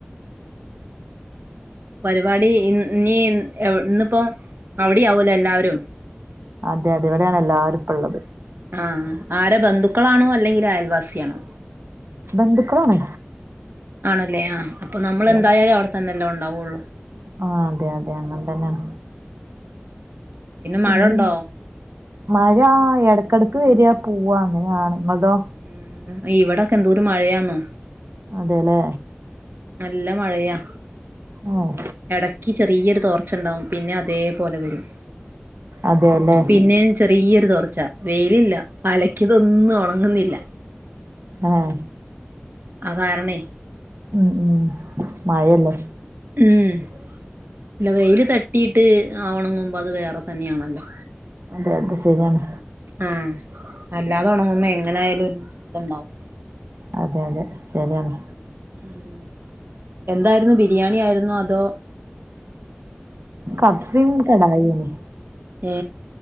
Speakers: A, on the right (about 60°); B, on the right (about 85°).
A: <inaudible> പരിപാടി ഇ നീ ഇന്നിപ്പോ അവിടെയാവൂലോ എല്ലാവരും
B: അതെയതെ ഇവിടെയാണ് എല്ലാരുപ്പള്ളത്
A: ആഹ് ആര ബന്ധുക്കളാണോ അല്ലെങ്കിലയൽവാസിയാണോ
B: ബന്ധുക്കളാണ്
A: ആണല്ലേ ആഹ് അപ്പൊ നമ്മളെന്തായാലും
B: അതെ അതെ
A: അവിടെത്തന്നെല്ലെ ഉണ്ടാവുള്ളൂ
B: ആഹ് അതെ അതെ അങ്ങനെ തന്നാണ്
A: മഴ
B: പിന്നെ
A: ഉണ്ടോ
B: മഴ എടക്കെടക്ക് വര്യ പോവാ അങ്ങനെയാണ ഇങ്ങളതോ
A: ഉം ഇവിടൊക്കെ എന്തോരു മഴയാന്നോ
B: അതെല്ലേ
A: നല്ല മഴയാ
B: ഏഹ്
A: ഇടക്ക് ചെറിയൊരു തോർച്ചണ്ടാവും പിന്നെ അതേപോലെ വരും
B: അതെല്ലേ
A: പിന്നെ ചെറിയൊരു തോർച്ച വെയിലില്ല അലക്കിയതൊന്നു ഉണങ്ങുന്നില്ല
B: ഏഹ്
A: ആ കാരണേ
B: ഉം ഉം മഴയല്ലേ
A: ഉം ഇല്ല വെയിൽ തട്ടീട്ട് ആ ഉണങ്ങുമ്പോ അത് വേറെ തന്നെയാണല്ലോ
B: അതെ അതെ ശരിയാണ്
A: ആഹ് അല്ലാതൊണങ്ങുമ്പോ എങ്ങനായാലും ഒര്തൊണ്ടാവും
B: അതെ അതെ ശരിയാണ്
A: ഉം എന്താരുന്നു ബിരിയാണി ആയിരുന്നോ അതോ
B: കബ്സിം കടായി <unintelligible>
A: ഏ